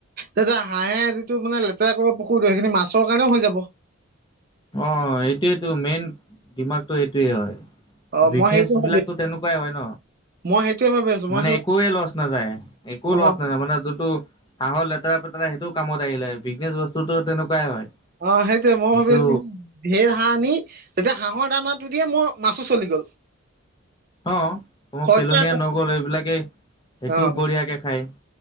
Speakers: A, on the right; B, on the left.
A: তেতিয়া হাঁহে যিটো মানে লেতেৰা কৰিব পুখুৰী সেইখিনি মাছৰ কাৰণেও হৈ যাব।
B: অ, এইটোৱেইটো মেইন দিমাগটো এইটোৱেই হয়।
A: অ
B: বিগনেচ
A: মই সেইটো ভাবি
B: বিলাকতো তেনেকুৱাই হয় ন।
A: মই সেইটোয়ে ভাবি আছো। মই
B: মানে একেয়ে লছ নাযায়, একো
A: অ
B: লছ নাযায়, মানে যোনটো আগৰ লেতেৰা-পেতেৰা সেইটো কামত আহিলে, বিজনেছ বস্তুতটো তেনেকুৱাই হয়।
A: অ, সেইটোৱে মও
B: সেইটো
A: ভাবি আছো ঢেৰ হাঁহ আনি, তেতিয়া হাঁহৰ দানাটো দিয়ে মোৰ মাছো চলি গ'ল।
B: অ,
A: খৰচা
B: পেলনীয়া
A: এটা
B: নগ'ল এইবিলাকে, সেইটোও
A: অ
B: বঢ়িয়াকৈ খায়।